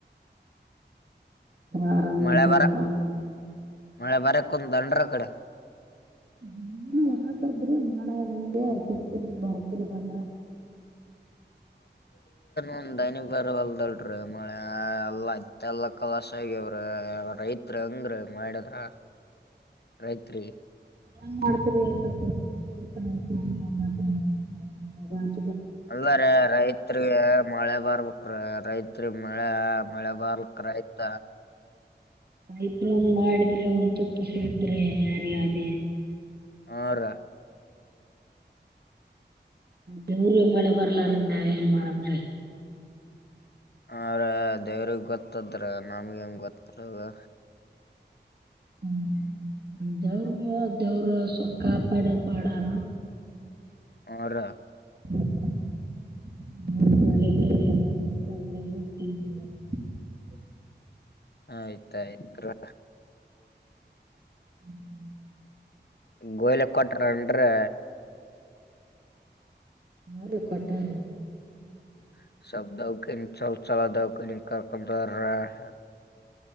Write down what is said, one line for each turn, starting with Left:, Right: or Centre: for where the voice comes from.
Right: ಹರಮ್
Left: ಮಳೆ
Right: ಇದಿನಪ್ಪಾ.
Left: ಬರ ಮಳೆ ಬರಕನ್ ಬಂದ್ರಕಡೆ.
Right: ಹ್ಮ್ಮ್ ಹಾಕದ್ರಿ ಮಾಡಂಗ್ ಬಂದ್ರೆ ಚತ್ತರ್ ಬಾಗಿ. ಇ್ರ ಬಂದ.
Left: ಒಂದ್ ಹನಿ ಬರವಲ್ದಲ್ರಿ ಮಳೆ ಎಲ್ಲ ಇತ್ ಎಲ್ಲ ಕಲಾಶ ಆಗ್ಯವ್ರೀ ರೈತ್. ತ್ರ ಹೆಂಗ್ರಿ ಇಂಗ್ ಮಾಡಿದ್ರ ರೈತ್ರಿ.
Right: ಹೆಂಗ ಮಾಡ್ತರಿ. <unintelligible>
Left: ಅಲ್ಲಾರೆ ರೈತ್ರಿಗೆ ಮಳೆ ಬರ್ಬ. ಕ್ರಿ ರೈತ್ರಿ ಮಳೆ ಮಳೆ ಬರ್ಲಕ್ ರೈತ.
Right: ರೈತ್ರ ಒಂದ್ ಮಾಡಿದ್ರೆ ಒಂದ್ ತುಪ್ಪ ಸಿಗಿದ್ರೆ ಯಾರಿಗ ಅಲಿ.
Left: ಹರ.
Right: ದೇವರ್ ಮಳೆ ಬರ್ಲಾರ ನಾವ್ ಏನ್ ಮಾಡಂರಿ.
Left: ಹಾ ರೀ ದೇವ್ರಿಗೆ ಗೊತ್ತದ್ರಿ ನಮಗ್ ಏನ್ ಗೀತಾಕತ್ರಿ.
Right: ಹ್ಮ ದವರು ದೇವ್ರ ಸೊ ಕಾಪಾಡ ಪಾಡಾರ.
Left: ಹರ.
Right: <inaudible> ಹಾ ಮಾಳಿ ಚಳಿ. <unintelligible>
Left: ಆಯ್ತ್ ಆಯಿತ್ರು.
Right: ಹ್ಮ್.
Left: ಗೋಯ್ಲಕ್ಕೋಟ್ ಏನ್ರಿ.
Right: ಹಾ ರೀ ಕೊಟ್ಟಾರೀ.
Left: <unintelligible>